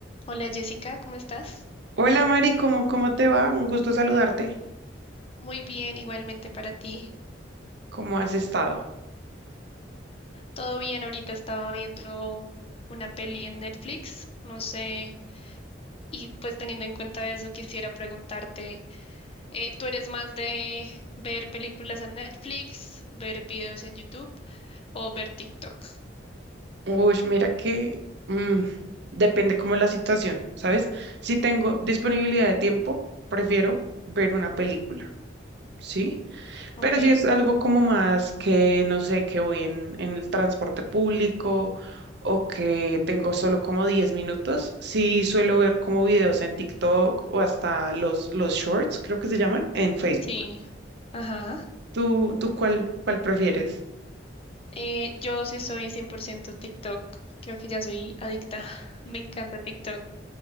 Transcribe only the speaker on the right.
Hola Mari, ¿cómo, cómo te va? Un gusto saludarte.
¿Cómo has estado?
Uy, mira que mm, depende cómo la situación, ¿sabes? Si tengo disponibilidad de tiempo, prefiero ver una película, ¿sí?
Pero si es algo como más que, no sé, que voy en, en el transporte público o que tengo solo como 10 minutos, sí suelo ver como videos en TikTok o hasta los, los shorts, creo que se llaman, en Facebook.
¿Tú, tú cuál, cuál prefieres?